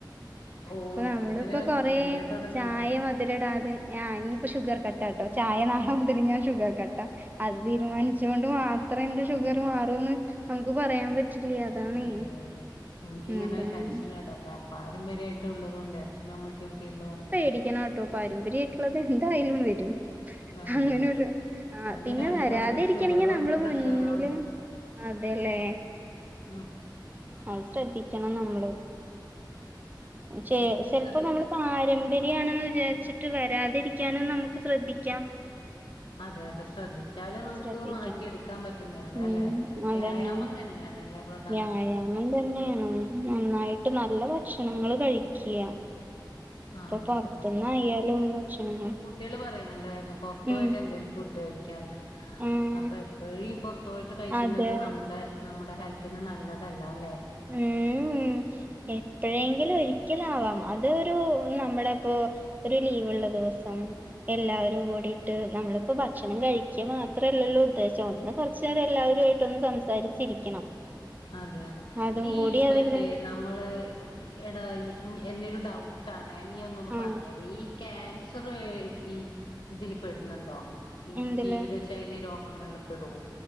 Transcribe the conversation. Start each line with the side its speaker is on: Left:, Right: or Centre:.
Left: ഓ
Right: അപ്പൊ നമ്മളിപ്പോ
Left: അങ്ങനെ
Right: കൊറേ
Left: അങ്ങനെ തുടങ്ങണം
Right: ചായ
Left: അല്ലേ
Right: മ ധിലിടാതെ ആ ഇനിയിപ്പോ ഷുഗർ കട്ടാട്ടോ ചായ നാളെ മുതല് ഞാൻ ഷുഗർ കട്ടാ അത് തീരുമാനിച്ചൊണ്ട് മാ ത്രന്റെ ഷുഗർ മാറുംന്ന് നമുക്ക് പറയാൻ പറ്റില്ല അതാണേ
Left: ഇല്ല്യാല്ലേ എനിക്കിങ്ങനെ
Right: അതാണ്
Left: ടെൻഷനാടൊ ബേ പാരമ്പര്യായിട്ട് ഉള്ളതൊണ്ടേ അച്ഛനും അമ്മയ്ക്കും ഒക്കെ ഉള്ളതൊണ്ടേ
Right: ടിക്കനാട്ടോ പാരമ്പര്യായിട്ടുള്ളത് എന്തായാലും വരും
Left: വരും
Right: അങ്ങനൊരു
Left: അല്ലേ
Right: ആ
Left: അത്
Right: പിന്നെ
Left: രണ്ടും
Right: വരാതെരിക്കണെങ്കി
Left: ഉണ്ട് ഷുഗറും
Right: നമ്മള്
Left: ഉണ്ട് പ്രഷറും
Right: മുന്നില്
Left: ഉണ്ട്
Right: അതെല്ലേ
Left: ആഹ്
Right: അത് ശ്രദ്ധിക്കണം നമ്മള് ചെ
Left: എന്ത്
Right: ചെലപ്പോ
Left: ശ്രദ്ധിക്കാ
Right: നമ്മള് പാരമ്പ ര്യാണെന്ന് വിചാരിച്ചിട്ട് വരാതിരിക്കാനും നമുക്ക് ശ്രദ്ധിക്കാം
Left: അതെ അതെ ശ്രദ്ധി വെച്ചാലും നമുക്ക്
Right: ശ്രദ്ധിക്കാം
Left: മാറ്റിയെടുക്കാൻ പറ്റുന്നതേല്ലോ
Right: ഉം
Left: അല്ലെ
Right: അതന്നെ
Left: വ്യായാമം തന്നെയാണ് അല്ലേ പ്ര
Right: വ്യായാമം തന്നെയാണ് നന്നായിട്ട് നല്ല ഭക്ഷണങ്ങള് കഴിക്ക്യാ
Left: ആഹ്
Right: പ്പൊ പുറത്തുന്ന് ആയാലും ഭക്ഷണങ്ങൾ
Left: കുട്ട്യാള് പറയുന്നുണ്ടായ്രുന്നു പുറത്ത്
Right: ഉം
Left: പോയിട്ട് എന്തേലും ഫുഡ് കയ ക്കാ
Right: ഉം
Left: അപ്പൊ എപ്പഴും ഈ പൊറത്തു പോയിട്ട് കഴിക്കുന്നത്
Right: അതെ
Left: നമ്മുടെ നമ്മുടെ ഹെൽത്തിന് നല്ലതല്ലാല്ലെ
Right: ഉം എപ്പോഴെങ്കിലും ഒരിക്കലാവാം അതോരു നമ്മളെപ്പോ ഒരു ലീവ്ള്ള ദിവസം എല്ലാവരും കൂടിട്ട് നമ്മളിപ്പോ ഭക്ഷണം കഴിക്കാ മാത്രല്ലല്ലോ ഉദ്ദേശം ഒന്ന് കുറച്ചേരം എല്ലാവരും ആയി ട്ടൊന്ന് സംസാരിച്ചിരിക്കണം
Left: അതെ അതെ
Right: അതും
Left: ഈ
Right: കൂടി അതില്
Left: മറ്റേ ന നമ്മളെ എടാ എന്റെരു ഡൗട്ടാനെ നീ ഒന്നൊന്ന്
Right: ആ
Left: പറഞ്ഞ് തരണേ ഈ കാൻ സർ ഈ ഇതില് പെടുന്നുണ്ടോ ഈ
Right: എന്തില്
Left: ജീവിത ശൈ ശൈലി രോഗങ്ങളില് പെടോ